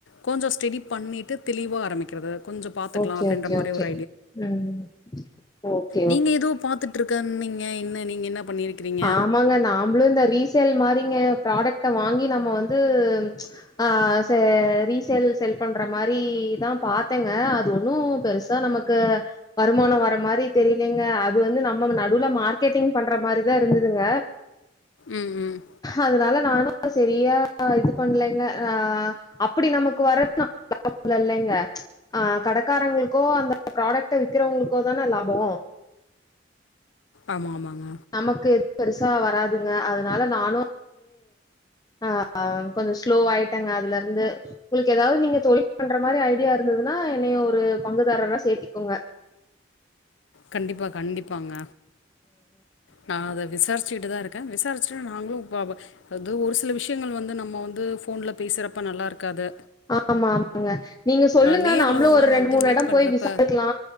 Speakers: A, on the left; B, on the left.
A: கொஞ்சோ ஸ்டெடி பண்ணிட்டு தெளிவா ஆரம்பிக்கிறது கொஞ்சம் பார்த்துக்கலாம்
B: ஓகே
A: அப்படின்ற
B: ஓகே
A: மாதிரி
B: ஓகே
A: ஒரு
B: ம்ம் ஒகே
A: நீங்க எதோ பாத்துட் ட்ருக்கன்னிங்க இன்ன நீங்க என்ன பண்ணியிருக்கிறீங்க
B: ஆமாங்க நாம்ளு இந்த ரீசேல் மார் றீங்க ஃப்ராடக்ட வாங்கி நம்ம வந்து ஆ ரீசேல் செல் பண்ற மாரி தா பாத்தேங்க அது ஒன்னு பெருசா நமக்கு வருமான வர மாரி தெரியலங்க அது வந்து நம்ம நடுவுல மார்கெட்டிங் பண்ற மாரித் த இருந்துதுங்க
A: ம் ம்
B: அதுனால நானு செரியா இது பண்லங்க அ அப்புடி நமக்கு வரது லாபோ இல்லலங்க அ கடக்காரங்ளுக்கோ அந்த ப்ராட்க்ட்ட விக்கிறவங்களுக்கோ தான லாபோ
A: ஆமா ஆமாங்க
B: நமக்கு எது பெருசா வராதுங்க அதனால நானு அ கொஞ்சோ ஸ்லோ ஆயிட்டங்க அதுலருந்து உங்களுக்கு எதாது நீங்க தொழில் பண்ற மாரி ஐடியா இருந்ததுன்னா என்னையு ஒரு பங்குதாரரா சேத்திக்கோங்க
A: கண்டிப்பா கண்டிப்பாங்க நா‌ அத விசார் ச்சிட்டு தா‌ இருக்க விசாரிச்சுட்டு நாங்ளு ஒரு சில விஷ்யங்கள் வந்து நம்ம வந்து ஃபோன்ல பேசுறப்ப நல்லாருக்காது
B: ஆமா ஆமாங்க நீங்க சொல்லுங்க
A: நேர்ல
B: நம்மளு ஒரு
A: நாள்
B: ரெண்டு
A: வந்து
B: மூணு
A: மீட்
B: இடோ
A: பண்றப்ப
B: போய் விசாரிக்லா